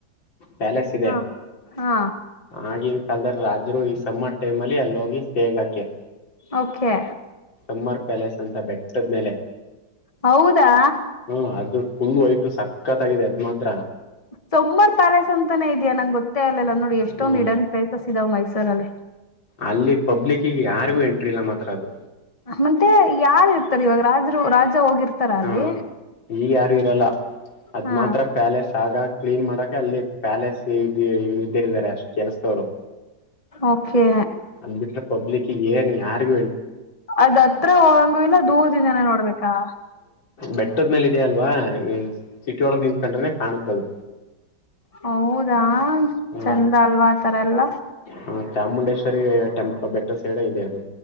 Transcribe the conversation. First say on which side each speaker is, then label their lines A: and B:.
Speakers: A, on the left (about 85°); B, on the left (about 20°).
A: ಪ್ಯಾಲೇಸ್ ಇದೆ
B: ಹಾ ಹಾ.
A: ಆಗಿನ ಕಾಲಲ್ದದಲ್ಲಿ ರಾಜರು ಈ ಸಮಮ್ಮರ್ ಟೈಮ್ ಅಲ್ಲಿ ಅಲ್ಲಿ ಹೋಗಿ ಸ್ಟೇಗಾಕೆ.
B: ಓಕೆ.
A: ಸಮ್ಮರ್ ಪ್ಯಾಲೇಸ್ ಅಂತ ಬೆಟ್ಟದ ಮೇಲೆ.
B: ಹೌದಾ.
A: ಹ್ಮ ಅದು ಫುಲ್ ವೈಟ್ ಸಕ್ಕತ್ಗಾಗಿದೆ ಅದ್ ಮಾತ್ರ.
B: ಸೊಮ್ಮರ್ ಪ್ಯಾಲೇಸ್ ಅಂತಾನೇ ಇದಿಯಾ ನಂಗೆ ಗೊತ್ತೇ ಆರ್ಲಲ್ಲ ನೋಡಿ ಎಷ್ಟೊಂದ್
A: ಹ್ಮ
B: ಹಿಡನ್ ಪ್ಲೇಸಸ್ ಇದಾವ ಮೈಸೂರಲ್ಲಿ.
A: ಅಲ್ಲಿ ಪಬ್ಲಿಕ್ಗ್ ಯಾರಿಗೂ ಎಂಟ್ರಿ ಇಲ್ಲ ಮಾತ್ರ ಅದು.
B: ಮತ್ತೆ ಯಾರ ಇರ್ತಾರೆ ಇವಾಗ ರಾಜ ರಾಜ ಹೋಗಿರ್ತಾರ ಅಲ್ಲಿ
A: ಹ್ಮ ಈಗ ಯಾರು ಇರಲ್ಲ ಅದ್
B: ಹಾ
A: ಮಾತ್ರ ಪ್ಯಾಲೆಸ್ ಆಗಾಗ ಕ್ಲೀನ್ ಮಾಡಕ ಅಲ್ಲಿ ಪ್ಯಾಲೇಸ್ ಇದ್ದರಿದ್ದಾರೆ ಕೆಲಸದವರು
B: ಓಕೆ
A: ಅಂದ್ಬಟ್ರೆ ಪಬ್ಲಿಕ್ ಏನ್ ಯಾರಿಗು
B: ಅದ್ತ್ರ ಹೋಗಂಗು ಇಲ್ಲ ದೂರ್ದಿಂದನ ನೋಡ್ಬೇಕಾ. ಹ
A: ಬೆಟ್ಟದ್ಮೇಲ್ ಇದೆಯ ಅಲ್ವಾ ಸಿಟಿ ಒಳಗ್ ನಿಂತ್ಕೊಂಡ್ರನೆ ಕಾಣುತ್ತದು
B: ಹೌದಾ
A: ಹ್ಮ್
B: ಚಂದ ಅಲ್ವಾ. ತರ ಎಲ್ಲ.
A: ಹ ಚಾಮುಂಡೇಶ್ವರಿ ಟೆಂಪ ಬೆಟ್ಟ ಸೈಡ ಇದೆ ಅದು